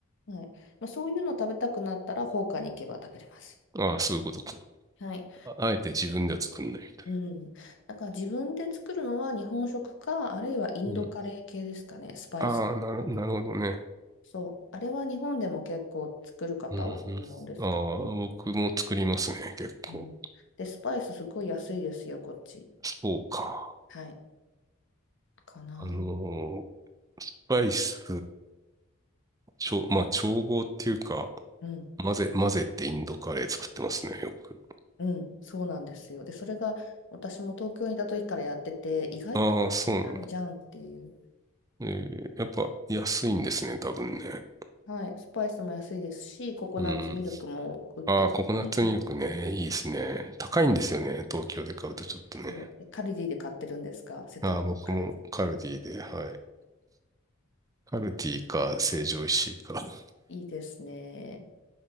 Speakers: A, on the left (about 60°); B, on the right (about 15°).
A: はい、まあ、そういうの食べたくなったら、放火に行けば食べれます。
B: あ、ああ、そういうことか。
A: はい、
B: ああえて自分では作んないみたい
A: うん、だから自分で作るのは日本食か、あるいはインドカレー系ですかね、
B: な。うん。
A: スパイス系。
B: ああ、なる、なるほどね。
A: そう、あれは日本でも結構作る方多いと思うんですけど、
B: うん、うん。ああ、僕も作りますね、結構。
A: うん、で、スパイスすごい安いですよ、こっち。
B: そうか。
A: はい、かな。
B: あのースパイス、ちょ、まあ、調合っていうか、
A: うん、
B: 混ぜ、混ぜってインドカレー作ってますね、よく。
A: うん、そうなんですよ。で、それが私も東京にいた時からやってて、意外と簡単じゃんっていう。
B: ああ、そうなんだ。えーやっぱ安いんですね、多分ね。
A: はい、スパイスも安いですし、ココナッツミルクも売ってるし、
B: うん。ああ、ココナッツミルクね、いいですね。高いんですよね、東京で買うとちょっとね。
A: そう、カルディで買ってるんですかせっかくカルディ。
B: ああ、僕もカルディで、はい。カルディか、成城石井か。<laughs>
A: いいですね。